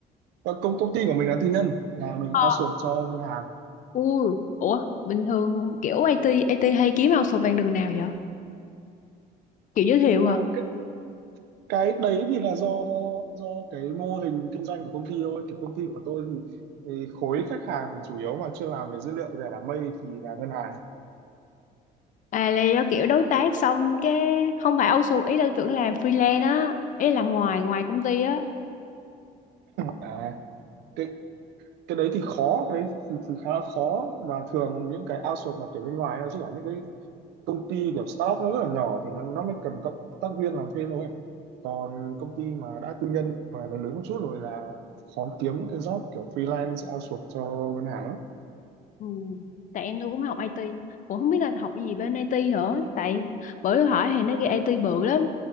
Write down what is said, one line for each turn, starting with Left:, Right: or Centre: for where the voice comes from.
Right: Ờ, công công ty của mình là tư nhân là mình
Left: Ờ.
Right: outsource cho ngân hàng
Left: U, ủa bình thường kiểu IT IT hay kiếm outsource bằng đường nào vậy? Kiểu giới thiệu
Right: Ờ,
Left: hả?
Right: cái cái đấy thì là do do cái mô hình kinh doanh của công ty thôi kiểu công ty của tôi thì, thì khối khách hàng chủ yếu mà chưa làm về dữ liệu về đám mây thì là ngân hàng
Left: à là do kiểu đối tác xong cái không phải outsource ý là tưởng làm freelance á ý là làm ngoài ngoài công ty á
Right: à, cái cái đấy thì khó cái đấy thì, thì khá là khó và thường những cái outsource mà tuyển bên ngoài nó chỉ là những cái công ty kiểu startup nó rất là nhỏ thìมันnó mới cần cộng tác viên làm thêm thôi còn công ty mà đã tư nhân mà lớn lớn một chút rồi là khó kiếm những cái job kiểu freelance outsource cho ngân hàng lắm
Left: ừ. tại em tôi cũng học IT cũng không biết là học gì bên IT nữa tại bữa tôi hỏi thì nó ghi IT bự lắm